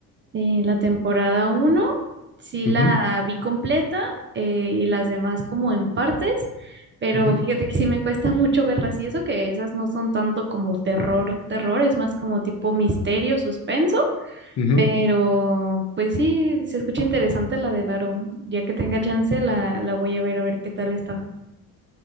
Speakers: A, on the right; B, on the left.
A: eh, la temporada uno sí
B: Ujú,
A: la vi completa eh, y las demás como en partes, pero
B: ujú,
A: fíjate que sí me cuesta <laughs> mucho verlas y eso que esas no son tanto como terror, terror, es más como tipo misterio, suspenso,
B: ujú.
A: pero pues sí, se escucha interesante la del aro, ya que tenga chance la, la voy a ver a ver qué tal está.